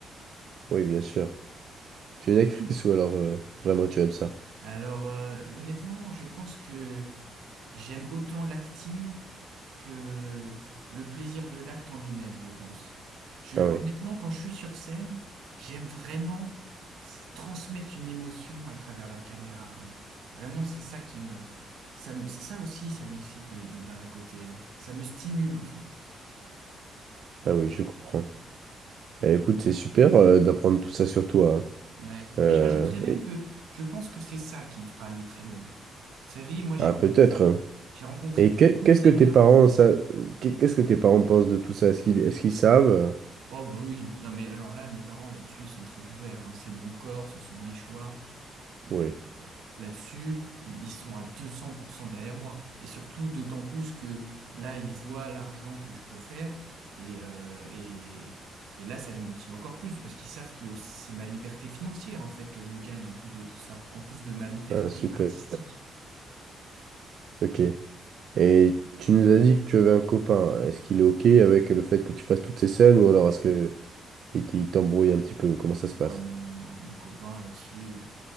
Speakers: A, on the right (about 60°); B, on the right (about 75°).
A: Oui, bien sûr. Tu es une actrice ou alors euh, vraiment tu aimes ça?
B: Alors, euh, honnêtement, je pense que J'aime autant l'acting que le plaisir de l'acte en lui-même, je pense. Je,
A: Ah
B: honnêtement,
A: oui.
B: quand je suis sur scène, j'aime vraiment s- transmettre une émotion à travers la caméra. hein. Vraiment, c'est ça qui me, ça me, ça aussi, ça m'excite de, de- d'un côté. hein. Ça me stimule en fait.
A: Ah oui, je comprends. Eh, écoute, c'est super euh, d'apprendre tout ça sur toi. hein.
B: Ouais.
A: Euh,
B: Mais je rajouterais même
A: et-
B: que je pense que c'est ça qui me fera aller très loin. Vous savez, moi, j'ai
A: Ah,
B: rencontré,
A: peut-être. hein.
B: j'ai rencontré
A: Et
B: beaucoup
A: que- qu'est-ce
B: de
A: que
B: nanas.
A: tes parents, ça... qu'est-ce que tes parents pensent de tout ça? Est-ce qu'ils est-ce qu'ils savent? euh
B: Oh bah oui, non mais alors là, mes parents là-dessus, ils sont très ouverts, hein. C'est mon corps, ce sont mes choix. Euh,
A: Oui.
B: euh, là-dessus, ils ils sont à 200% derrière moi. Et surtout, d'autant plus que là, ils voient l'argent que je peux faire. Et, euh, et, et là, ça les motive encore plus, parce qu'ils savent que c'est ma liberté financière, en fait, que je gagne en plus de tout ça, en plus de ma liberté
A: Ah, super.
B: artistique.
A: Ok. Et tu nous as dit que tu avais un copain. Est-ce qu'il est ok avec le fait que tu fasses toutes ces scènes ou alors est-ce que il t- il t'embrouille un petit peu? Comment ça se passe?
B: Oh non, non, mon copain là-dessus. euh,